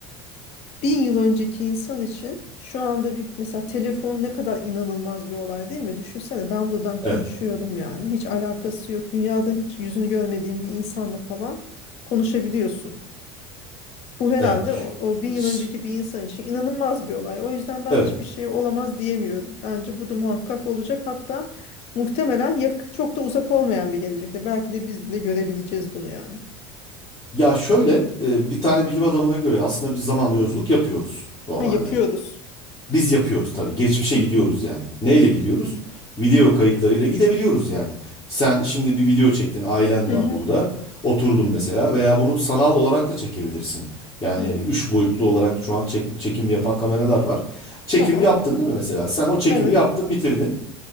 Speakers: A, on the left; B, on the left.
A: bin yıl önceki insan için şu anda bir mesela telefon ne kadar inanılmaz bir olay değil mi? Düşünsene ben buradan konuşuyorum
B: Evet,
A: yani hiç alakası yok. Dünyada hiç yüzünü görmediğin bir insanla falan konuşabiliyorsun. Bu herhalde
B: evet.
A: o, o bin
B: Ş-
A: yıl önceki bir insan için inanılmaz bir olay. O yüzden ben
B: Evet.
A: hiçbir şey olamaz diyemiyorum. Bence bu da muhakkak olacak. Hatta muhtemelen yak çok da uzak olmayan bir gelecekte. Belki de biz bile görebileceğiz bunu yani.
B: Ya şöyle e, bir tane bilim adamına göre aslında biz zaman yolculuk yapıyoruz normalde.
A: Ha yapıyoruz.
B: Biz yapıyoruz tabii. Geçmişe
A: Hı
B: gidiyoruz
A: hı.
B: yani. Neyle gidiyoruz? Video kayıtlarıyla gidebiliyoruz yani. Sen şimdi bir video çektin, ailen
A: Hı
B: var
A: hı.
B: burada. Oturdun mesela veya bunu sanal olarak da çekebilirsin. Yani
A: Hı hı.
B: üç boyutlu olarak şu an çek- çekim yapan kameralar var. Çekimi
A: Tamam.
B: yaptın değil mi mesela? Sen o çekimi
A: Evet.
B: yaptın, bitirdin.